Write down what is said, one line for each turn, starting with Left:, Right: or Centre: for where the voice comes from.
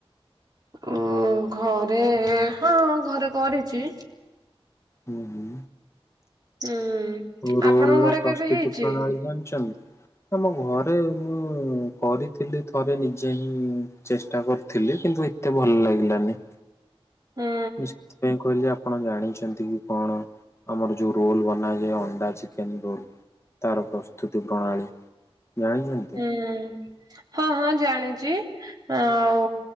Right: ଉଁ ଘରେ ହଁ ଘରେ କରିଛି।
Left: ଉଁ ହୁଁ।
Right: ହୁଁ
Left: ରୋଲ
Right: ଆପଣଙ୍କ
Left: ର
Right: ଘରେ
Left: ପ୍ରସ୍ତୁତି
Right: କେବେ ହେଇଛି
Left: ପ୍ରଣାଳୀ ଜାଣିଛନ୍ତି? ଆମ ଘରେ ମୁଁ କରିଥିଲି ଥରେ ନିଜେ ହିଁ ଚେଷ୍ଟା କରିଥିଲି। କିନ୍ତୁ ଏତେ ଭଲ ଲାଗିଲାନି।
Right: ହୁଁ
Left: ମୁଁ ସେଥିପାଇଁ କହିଲି ଆପଣ ଜାଣିଛ ଚନ୍ତି କି କଣ? ଆମର ଯୋଉ ରୋଲ ବନାଯାଏ ଅଣ୍ଡା ଚିକେନ ରୋଲ। ତାର ପ୍ରସ୍ତୁତି ପ୍ରଣାଳୀ। ଜାଣିଛନ୍ତି?
Right: ହୁଁ ହଁ ହଁ ଜାଣି ଚି ଆଉ